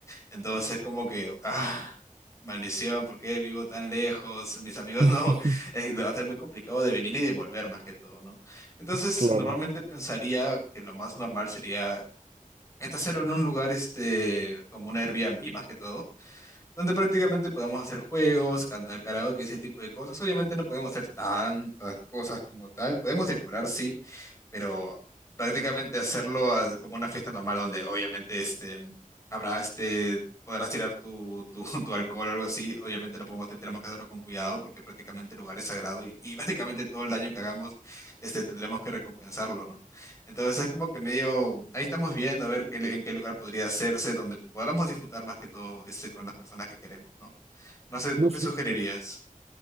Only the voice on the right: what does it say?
<laughs>
Claro.
No
sí